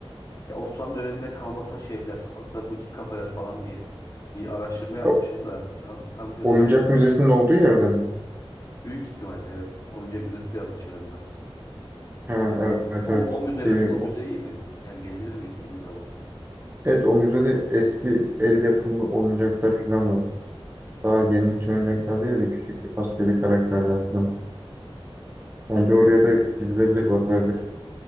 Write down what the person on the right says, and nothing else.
O-
Oyuncak Müzesi'nin olduğu yerde mi?
Ha, evet
evet.
Ee,
Evet o müzede eski el yapımı oyuncaklar falan var. Daha yenilikçi oyuncaklar değil de küçük bir askeri karakterler falan. Bence oraya da gidilebilir bakılabilir.